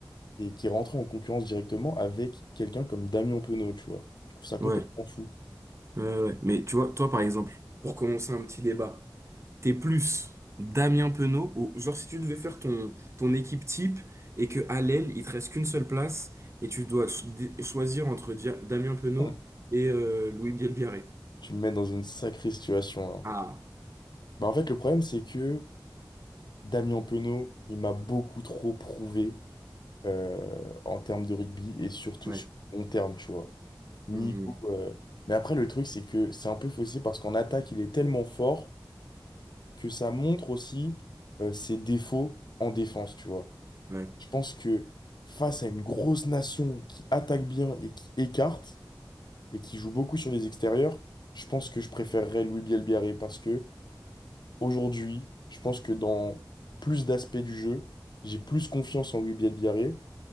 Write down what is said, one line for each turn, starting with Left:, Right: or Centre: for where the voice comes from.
Left: et qui est rentré en concurrence directement avec quelqu'un comme Damien Penaud, tu vois. Je trouve ça complètement
Right: Ouais.
Left: fou.
Right: Ouais, ouais. ouais. Mais tu vois, toi, par exemple, pour commencer un petit débat, t'es plus Damien Penaud ou genre si tu devais faire ton, ton équipe type et que à l'aile, il te reste qu'une seule place et tu dois cho- dé- choisir entre Dia- Damien Penaud
Left: <laughs>
Right: et euh, Louis Bielbiarré.
Left: Tu me mets dans une sacrée situation, là.
Right: Ah,
Left: Bah, en fait, le problème, c'est que. Damien Penaud, il m'a beaucoup trop prouvé euh, en termes de rugby et surtout
Right: ouais.
Left: sur le long terme, tu vois. Niveau,
Right: Hmm,
Left: euh, Mais après, le truc, c'est que c'est un peu faussé parce qu'en attaque, il est tellement fort que ça montre aussi euh, ses défauts en défense, tu vois.
Right: ouais.
Left: Je pense que face à une grosse nation qui attaque bien et qui écarte et qui joue beaucoup sur les extérieurs, je pense que je préférerais Louis Bielbiaré parce que Aujourd'hui, je pense que dans plus d'aspects du jeu, j'ai plus confiance en Louis Bielbiarré,